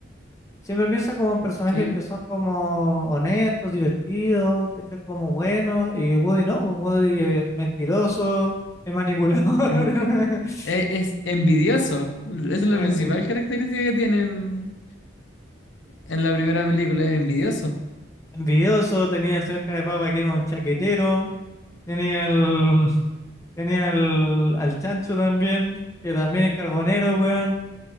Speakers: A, on the left; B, on the left.
A: Siempre piensa como en personajes
B: ¿Sí?
A: que son como honestos, divertidos, ¿cachai? Como buenos, y Woody no, pues Woody es mentiroso, es manipulador,
B: En-
A: <laughs>
B: e- es, envidioso. Esa es la
A: es
B: principal
A: envi-
B: característica que tienen en la primera película, es envidioso.
A: envidioso, tenía el señor Carapapa que es un chaquetero, tenía el, <laughs> tenía el, al Chancho también, que también es carbonero, weón,